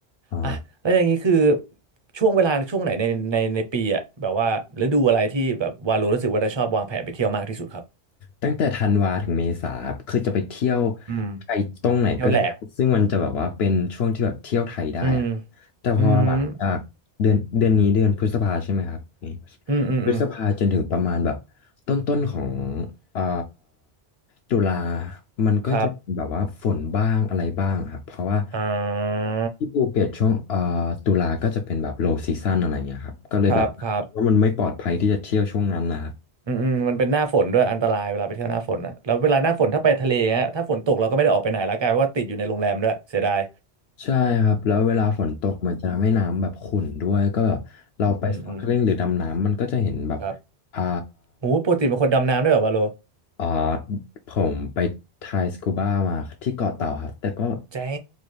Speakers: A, on the left (about 75°); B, on the right (about 30°).
A: อ๋อ
B: อ่ะแล้วอย่างนี้คือช่วงเวลาช่วงไหนในในในปีอ่ะแบบว่าฤดูอะไรที่แบบวาโลรู้สึกว่าจะชอบวางแผนไปเที่ยวมากที่สุดครับ
A: ตั้งแต่ธันวาถึงเมษาครับคือจะไปเที่ยว
B: อืม
A: ไทยตรงไหนก็ได้ซึ่งมันจะแบบว่าเป็นช่วงที่แบบเที่ยวไทยได้อะ
B: เที่ยวแหลกอืม
A: แต่พอหลังจากเดือนเดือนนี้เดือนพฤษภาใช่ไหมครับนี่
B: อืมอืมอืมอืม
A: พฤษภาจนถึงประมาณแบบต้นต้นของอ่าตุลา มันก็จะเป็นแบบว่าฝนบ้างอะไรบ้างครับเพราะว่า
B: ครับอ่า
A: ที่ภูเก็ตช่วงเอ่อตุลาก็จะเป็นแบบ low season อะไรเงี้ยครับก็เลยแบบว่ามันไม่ปลอดภัยที่จะเที่ยวช่วงนั้นนะครับ
B: ครับครับอืมอืมมันเป็นหน้าฝนด้วยอันตรายเวลาไปเที่ยวหน้าฝนนะแล้วเวลาหน้าฝนถ้าไปทะเลเงี้ยถ้าฝนตกเราก็ไม่ได้ออกไปไหนแล้วกลายเป็นว่าติดอยู่ในโรงแรมด้วยเสียดาย
A: ใช่ครับแล้วเวลาฝนตกมันจะทำให้น้ำแบบขุ่นด้วยก็แบบเราไปส
B: อืมอืมอืม
A: norkeling หรือดำน้ำมันก็จะเห็นแบบ
B: ครับ
A: อ่า
B: โอ้ปกติเป็นคนดำน้ำด้วยเหรอวะโล
A: เอ่อผมไปไทยสกูบ้ามาที่เกาะเต่าครับแต่ก็
B: แจ